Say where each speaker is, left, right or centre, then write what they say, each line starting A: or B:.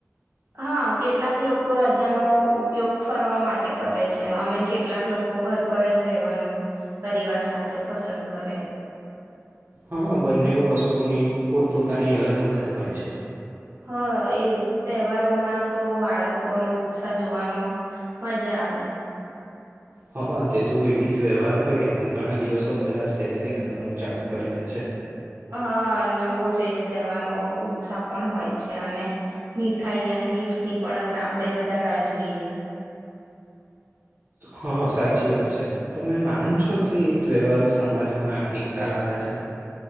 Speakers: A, on the right (about 75°); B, on the right (about 50°).
A: હા, કેટલાક લોકો રજાનો ઉપયોગ ફરવા માટે કરે છે અને કેટલાક લોકો ઘર પર જ રહેેવાનું પરિવાર સાથે પસંદ કરે.
B: હા, બંને વસ્તુઓની પોતપોતાની અલગ મજા હોય છે.
A: હ એજ તહેવારોમાં તો બાળકોનો ઉત્સાહ જોવાનો મજા આવે.
B: હા અહ તે તો કોઈ બી વ્યવહાર હોય એનું ઘણા દિવસો પહેલા જ તૈયારી કરવાનું ચાલુ કરી દે છે.
A: હા, નવો ડ્રેસ લેવાનો ઉત્સાહ પણ હોય છે અને મીઠાઈ અને ગિફ્ટની પણ આપડે વધારે રાહ જોઈએ.
B: હા, સાચી વાત છે. તમે માનો છો કે તહેવારો સમાજમાં એકતા લાવે છે?